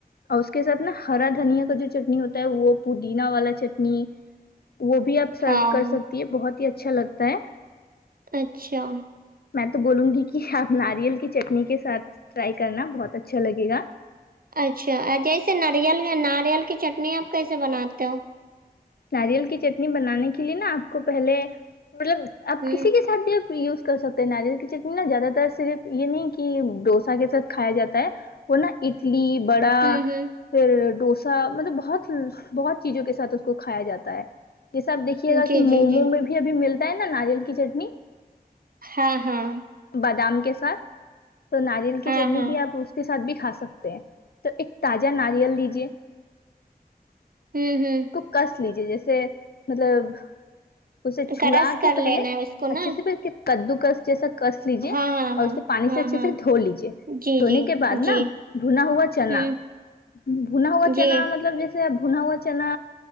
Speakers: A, on the left (about 70°); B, on the right (about 65°).
A: اور اس کے ساتھ نا ہرا دھنیا کا جو چٹنی ہوتا ہے وہ پودینہ والا چٹنی وہ بھی آپ سرف
B: ہاں
A: کر سکتی ہے بہت ہی اچھا لگتا ہے
B: اچھا
A: میں تو بولوں گی کہ آپ ناریل کی چٹنی کے ساتھ ٹرائی کرنا بہت اچھا لگے گا
B: اچھا جیسے ناریل ناریل کی چٹنی آپ کیسے بناتے ہو
A: ناریل کی چٹنی بنانے کے لیے نا آپ کو پہلے مطلب آپ
B: ہوں
A: کسی کے ساتھ ب یوز کر سکتے ہیں ناریل کی چٹنی نا زیادہ تر صرف یہ نہیں کی ڈوسا کے ساتھ کھایا جاتا ہے وہ نا اٹلی بڑا
B: ہوں ہوں
A: پھر ڈوسا مطلب بہت بہت چیزوں کے ساتھ اس کو کھایا جاتا ہے جیسا آپ دیکھیے گا
B: جی
A: کہ مومو
B: جی جی
A: میں بھی ابھی ملتا ہے نا ناریل کی چٹنی
B: ہاں ہاں
A: بادام کے ساتھ تو ناریل کی
B: ہاں
A: چٹنی
B: ہاں
A: بھی آپ اس کے ساتھ بھی کھا سکتے ہیں تو ایک تازہ ناریل لیجے
B: ہم ہم
A: کس لیجے جیسے مطلب اسے چھڑا
B: کرس کر
A: کے پہلے
B: لینا ہے اس کو نا
A: اچھے سے پھر کدوکس جیسا کس لیجیے
B: ہاں ہاں
A: اور اسے
B: ہاں
A: پانی
B: ہاں
A: سے اچھے
B: ہاں
A: سے دھو لیجے
B: جی
A: دھونے
B: جی
A: کے بعد نا
B: جی
A: بھونا ہوا چنا
B: ہوں
A: بھونا ہوا
B: جی
A: چنا مطلب جیسے سے بھونا ہوا چنا